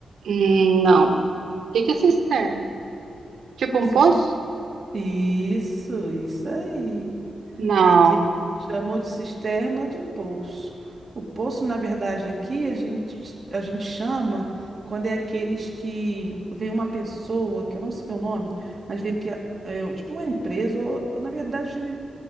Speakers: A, on the right (about 85°); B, on the right (about 30°).
A: Hum, Não. O que que é cisterna? Tipo um
B: Cis-
A: poço?
B: Isso, isso aí.
A: Não.
B: Aqui chamou de cisterna de poço. O poço, na verdade, aqui a gente, a gente chama quando é aqueles que vem uma pessoa, que eu não sei o nome, mas vem que é, é tipo uma empresa, ou ou, na verdade